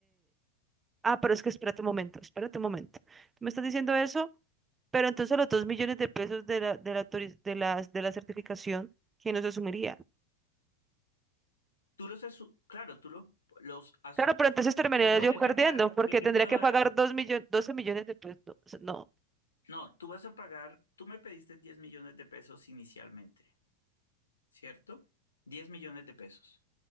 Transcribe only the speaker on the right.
Ah, pero es que espérate un momento, espérate un momento. Tú me estás diciendo eso, pero entonces los dos millones de pesos de la, de la, autoriz- de las- de la certificación, ¿quién los asumiría?
Claro, pero entonces terminaría
yo perdiendo,
porque
tendría
que
pagar dos millones, 12 millones de pesos. No, o sea, no.